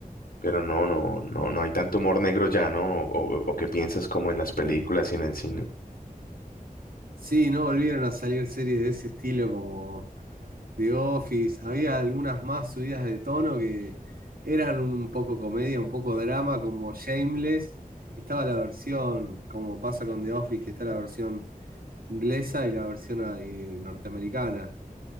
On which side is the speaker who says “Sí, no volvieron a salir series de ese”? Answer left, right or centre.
Right